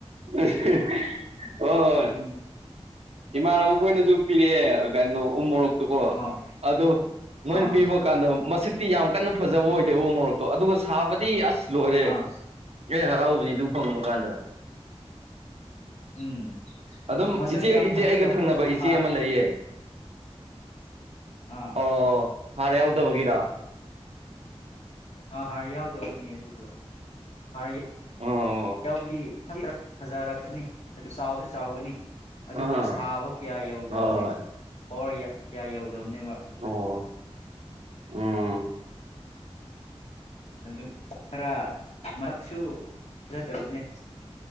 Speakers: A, on the right; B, on the left.
A: <inaudible> ꯍꯣꯏ ꯍꯣꯏ
B: ꯎꯝ
A: ꯏꯃꯥꯟꯅꯕ ꯑꯩꯈꯣꯏꯅꯁꯨ ꯄꯤꯔꯛꯑꯦ ꯀꯩꯅꯣ ꯎꯃꯔꯛ ꯀꯣ
B: ꯑꯥ
A: ꯑꯗꯨ ꯃꯣꯏꯅ
B: ꯑꯥ
A: ꯄꯤꯕ ꯀꯥꯟꯗ ꯃꯁꯛ ꯇꯤ ꯌꯥꯝ ꯀꯟꯅ ꯐꯖꯕ ꯑꯣꯏꯗꯦꯕ ꯎ ꯃꯣꯔꯣꯛ ꯑꯗꯨꯒ ꯁꯥꯕ ꯗꯤ ꯑꯁ ꯂꯣꯏꯔꯦ
B: ꯑꯥ
A: ꯏꯣꯏ ꯍꯔꯥꯎꯕꯗꯤ ꯑꯗꯨ ꯐꯪꯕ ꯀꯥꯟꯗ
B: ꯎꯝ
A: ꯑꯗꯨꯝ
B: ꯃꯁꯛ
A: ꯏꯆꯦ
B: ꯌꯥꯝ
A: ꯏꯆꯦ
B: ꯐꯖꯗꯕꯗꯣ
A: ꯑꯩꯒ ꯊꯪꯅꯕ ꯏꯆꯦ
B: ꯍꯥꯔ
A: ꯑꯃ ꯂꯩꯌꯦ
B: ꯑꯥ
A: ꯑꯣ ꯍꯥꯔ ꯌꯥꯎꯗꯕꯒꯤꯔ
B: ꯑꯥ ꯍꯥꯔ ꯌꯥꯎꯗꯕꯕꯅꯦ ꯑꯗꯨꯗꯣ ꯍꯥꯔ
A: ꯑꯣ
B: ꯌꯥꯎꯕꯗꯤ ꯈꯔ ꯐꯖꯔꯛꯀꯅꯤ ꯑꯗꯨ ꯆꯥꯎꯕꯁꯨ ꯆꯥꯎꯒꯅꯤ ꯑꯗꯨꯕꯨ
A: ꯑꯥ
B: ꯁꯥꯕ ꯀꯌꯥ ꯌꯧꯗꯕꯅꯤ
A: ꯍꯣꯏ
B: ꯄꯋꯥꯔ ꯀꯌꯥ ꯌꯥꯎꯗꯕꯅꯦꯕ
A: ꯑꯣ ꯎꯝ
B: ꯑꯗꯨ ꯈꯔ ꯀ ꯁꯨ ꯐꯖꯗꯕꯅꯦ